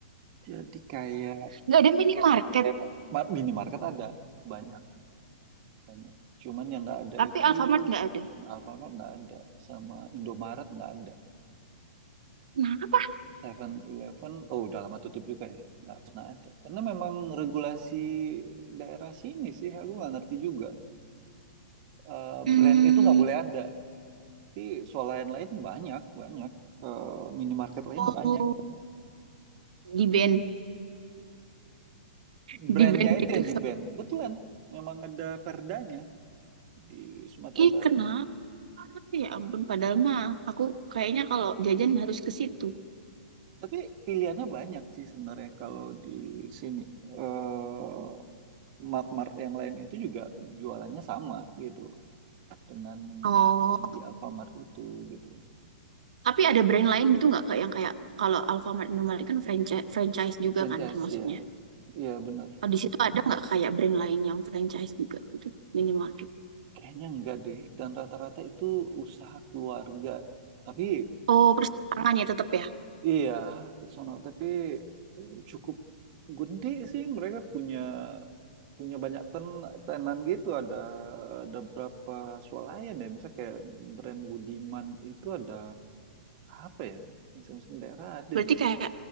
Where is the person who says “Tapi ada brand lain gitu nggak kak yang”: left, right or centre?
Right